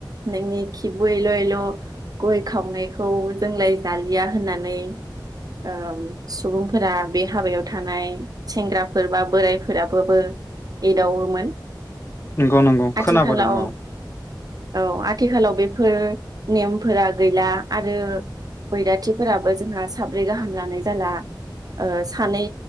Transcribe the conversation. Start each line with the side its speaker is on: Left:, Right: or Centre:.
Right: नोंनि खिबुएल'एल' गय खावनायखौ जोंलाय जालिया होननानै ओम सुबुंफोरा बे हाबायाव थानाय सेंग्राफोर बा बोरायफोराबाबो एदावोमोन।
Left: नंगौ नंगौ
Right: आथिखालाव
Left: खोनाबोदों औ।
Right: औ आथिखालाव बेफोर नेमफोरा गैला आरो बैराथिफोराबो जोंहा साब्रै गाहाम लानाय जाला ओ सानै